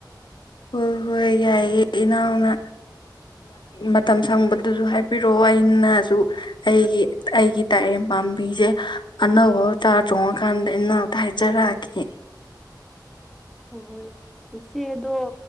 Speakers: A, on the left; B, in the centre.
A: ꯍꯣꯏ ꯍꯣꯏ ꯌꯥꯏꯑꯦ ꯏꯅꯥꯎꯅ ꯃꯇꯝ ꯁꯪꯕꯗꯨꯁꯨ ꯍꯥꯏꯕꯤꯔꯛꯑꯣ ꯑꯩꯅꯁꯨ ꯑꯩꯒꯤ ꯑꯩꯒꯤ ꯇꯥꯏꯔꯦꯝ ꯄꯥꯝꯕꯤꯁꯦ ꯑꯅꯧꯕ ꯆꯥꯔ ꯆꯣꯡꯉꯀꯥꯟꯗ ꯏꯅꯥꯎꯛꯇ ꯍꯥꯏꯖꯔꯛꯑꯒꯦ
B: ꯍꯣꯏ ꯍꯣꯏ ꯏꯆꯦꯗꯣ